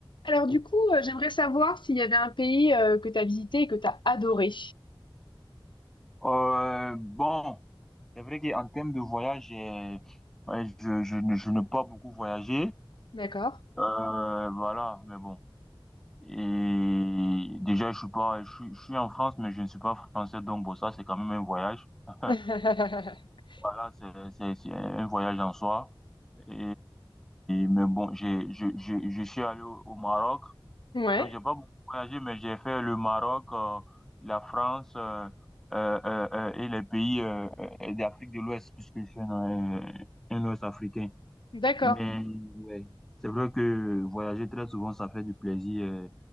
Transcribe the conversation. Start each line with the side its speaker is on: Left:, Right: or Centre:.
Left: Alors du coup, euh, j'aimerais savoir s'il y avait un pays euh, que tu as visité et que tu as adoré.
Centre: Euh, bon, c'est vrai qu'en termes de voyage, j'ai- ouais, je, je, ne- je n'ai pas beaucoup voyagé.
Left: D'accord.
Centre: Euh, voilà, mais bon. Et déjà, je suis pas, je, suis je suis en France, mais je ne suis pas français, donc bon, ça, c'est quand même un voyage. <laughs>
Left: <laughs>
Centre: Voilà, c'est, c'est, c'est un voyage en soi. Et, mais bon, j'ai, je, je, je suis allé au, au Maroc.
Left: Ouais,
Centre: Donc, j'ai pas beaucoup voyagé, mais j'ai fait le Maroc, euh, la France euh, euh, euh, euh, et les pays euh, euh, d'Afrique de l'Ouest, puisque je suis un, euh, un Ouest-Africain.
Left: d'accord.
Centre: Mais ouais, c'est vrai que voyager très souvent, ça fait du plaisir, euh,